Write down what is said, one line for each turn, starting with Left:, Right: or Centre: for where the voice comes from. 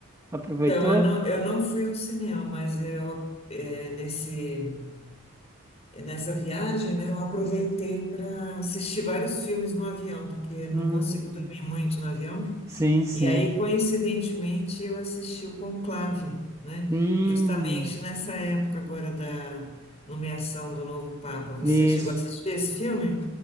Right: Aproveitou?
Left: Então, eu não, eu não fui ao cinema, mas eu, é, nesse, nessa viagem, né, eu aproveitei para assistir vários filmes no avião, porque eu
Right: Hum,
Left: não consigo dormir muito no avião.
Right: sim, sim.
Left: E aí, coincidentemente, eu assisti o Conclave, né?
Right: Hum,
Left: Justamente nessa época agora da nomeação do novo Papa. Você
Right: isso.
Left: chegou a assistir esse filme?